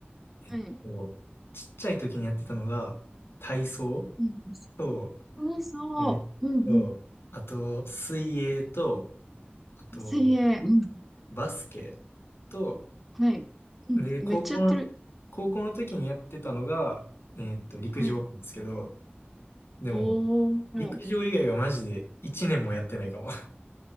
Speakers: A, on the left; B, in the centre.
A: えっと、
B: はい。
A: ちっちゃい時にやってたのが、体操
B: うん。
A: と、
B: そうそう。
A: えっと、
B: うんうん。
A: あと、水泳と、あと、
B: 水泳。うん。
A: バスケと、
B: はい。うん。
A: で、
B: めっちゃやってる。
A: 高校の、高校の時にやってたのが、えっと、陸上なんですけど、
B: はい。
A: でも、
B: おー。
A: 陸上以外はマジで1年もやってないかも。